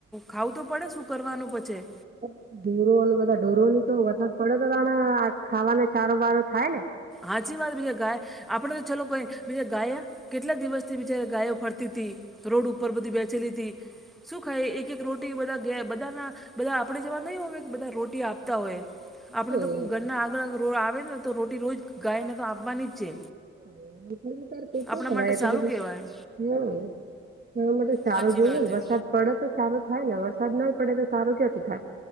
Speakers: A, in the centre; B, on the right.
A: ખાવું તો પડે શું કરવાનું પછી?
B: ઓ બધા ઢોરો ને તો વરસાદ પડે તો <unintelligible> ખાવાને ચારો બારો થાય ને.
A: હાચી વાત બીજે ગાય આપડે તો ચાલ કોઈ બીજે ગાય કેટલા દિવસથી બિચારી ગાયો ફરતી હતી રોડ ઉપર બધી બેસેલી હતી. શું ખાય એક એક રોટી બધા ગયા બધાના. બધા આપણેે જેવા નઈ હોવે કે બધા રોટી આપતા હોય. આપણે
B: હમ
A: તો ઘરના આગળ રો આવે ને તો રોટી રોજ ગાયને તો આપવાની જ છે.
B: <unintelligible>
A: આપણા માટે
B: તે
A: સારું
B: બધી
A: કહેવાય
B: હમ્મ.... <unintelligible> સારો
A: સાચી
B: જોઈએ
A: વાત
B: ને વરસાદ.
A: એ
B: પડે તો ચારો થાય ને વરસાદ ના પડે તો ચારો ક્યાથી થાય?